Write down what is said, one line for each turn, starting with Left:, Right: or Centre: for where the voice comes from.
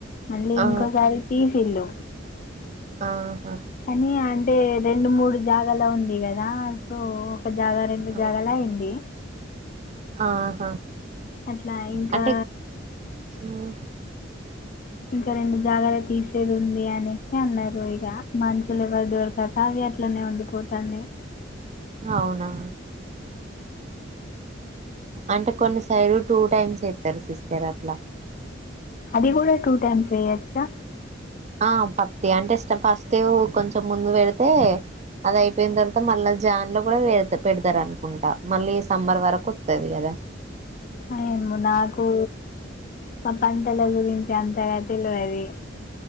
Left: మళ్ళీ
Right: ఆ
Left: ఇంకోసారి తీసిల్లు.
Right: ఆహా
Left: అనీ అంటే రెండు మూడు జాగాలో ఉంది గదా. సో ఒక జాగా రెండు
Right: ఆ
Left: జాగాలా ఏంది.
Right: ఆహా
Left: అట్లా ఇంకా
Right: అంటె ఊమ్.
Left: ఇంక రెండు జాగాల తీసేదుంది అనేసి అన్నారు ఇగ మన్షులెవ్వర్ దొర్కక అట్లనే ఉండిపోతాన్నాయ్.
Right: ఔనా. అంటె కొన్ని సైడు టూటైమ్సేత్తరు సిస్టరట్ల.
Left: అది గూడా టూటైమ్స్ ఏయొచ్చా.
Right: ఆ పత్తి అంటే ష్టఫ ఫస్టేవ్ కొంచం ముందు వెడితే అదైపెయ్న్ దర్వాత మళ్ళా జాన్ లొ గుడా వేరత్త పెడ్తారనుకుంట మళ్ళీ సమ్మర్ వరకొత్తది గద.
Left: అ ఏమొ నాకూ మ పంటల గురి చి అంతగా తెల్వది.